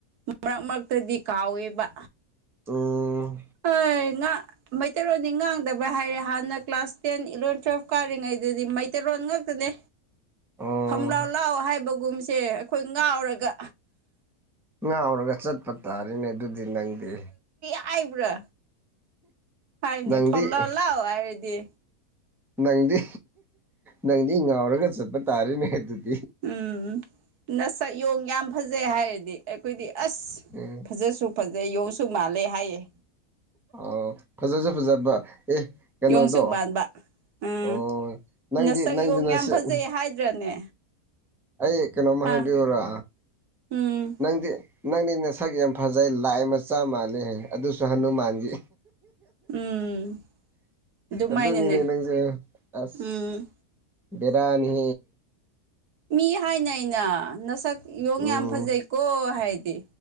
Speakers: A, on the right; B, in the centre.
A: ꯃꯔꯛ ꯃꯔꯛꯇꯗꯤ ꯀꯥꯎꯋꯦꯕ
B: ꯑꯣ
A: ꯑ ꯃꯩꯇꯩꯔꯣꯟꯗꯤ ꯉꯥꯡꯗꯕ꯭ꯔ ꯍꯥꯏꯔꯦ ꯍꯥꯟꯅ ꯀ꯭ꯂꯥꯁ ꯇꯦꯟ ꯏꯂꯚꯦꯟ ꯇꯨꯋꯦꯜꯐ ꯀꯥꯔꯤꯉꯩꯗꯨꯗꯤ ꯃꯩꯇꯩꯔꯣꯟ ꯐꯟꯥꯛꯇꯅꯦ
B: ꯑꯣ
A: ꯐꯝ ꯂꯥꯎ ꯂꯥꯎ ꯍꯥꯏꯕꯒꯨꯝꯁꯦ ꯑꯩꯈꯣꯏ ꯉꯥꯎꯔꯒ
B: ꯉꯥꯎꯔꯒ ꯆꯠꯄ ꯇꯥꯔꯤꯅꯦ ꯑꯗꯨꯗꯤ ꯅꯪꯗꯤ
A: ꯍꯥꯏꯥꯏꯕ꯭ꯔꯥ ꯍꯥꯏꯅꯤ
B: ꯅꯪꯗꯤ
A: ꯐꯜꯂ ꯍꯥꯏꯗꯤ
B: ꯅꯪꯗꯤ ꯅꯪꯗꯤ ꯉꯥꯎꯔꯒ ꯆꯠꯄ ꯇꯥꯔꯦꯅꯦ ꯑꯗꯨꯗꯤ
A: ꯎꯝ ꯅꯁ ꯌꯣꯡ ꯌꯥꯝ ꯐꯖꯩ ꯍꯥꯏꯔꯗꯤ ꯑꯩꯈꯣꯏꯗꯤ ꯑꯁ
B: ꯎꯝ
A: ꯐꯖꯁꯨ ꯐꯖꯩ ꯌꯣꯡꯁꯨ ꯃꯥꯜꯂꯦ ꯍꯥꯏꯌꯦ
B: ꯑ ꯐꯖꯁꯦ ꯐꯖꯕ ꯑꯦ ꯀꯩꯅꯣꯗꯣ
A: ꯌꯡꯁꯨ ꯕ ꯎꯝ
B: ꯑꯣ ꯅꯪꯗꯤ
A: ꯅꯁꯛ
B: ꯅꯪꯗꯤ
A: ꯌꯦꯣꯡ
B: ꯅꯁꯛ
A: ꯌꯥꯝ ꯐꯖꯩ ꯍꯥꯏꯗ꯭ꯔꯅꯦ
B: ꯑꯩ ꯀꯩꯅꯣꯝꯃ
A: ꯑꯥ
B: ꯍꯥꯏꯕꯤꯔ
A: ꯎꯝ
B: ꯅꯪꯗꯤ ꯅꯪꯅꯤ ꯅ ꯁꯛ ꯌꯥꯝ ꯐꯖꯩ ꯂꯥꯏ ꯃꯆꯥ ꯃꯥꯜꯂꯦ ꯑꯗꯨ ꯁꯍꯅꯨ ꯃꯥꯡꯖꯤ
A: ꯎꯝ ꯑꯗꯨꯃꯥꯏꯅꯅꯦ
B: ꯑꯗꯨꯣꯅꯤ ꯅ ꯅꯪꯁ ꯑꯁ
A: ꯎꯝ
B: ꯕꯤꯔꯅꯤ
A: ꯃꯤ ꯍꯥꯏꯅꯩꯅ ꯅꯁꯛ ꯌꯦꯣꯡ
B: ꯎꯝ
A: ꯌꯥꯝ ꯐꯖꯩꯀꯣ ꯍꯥꯏꯗꯤ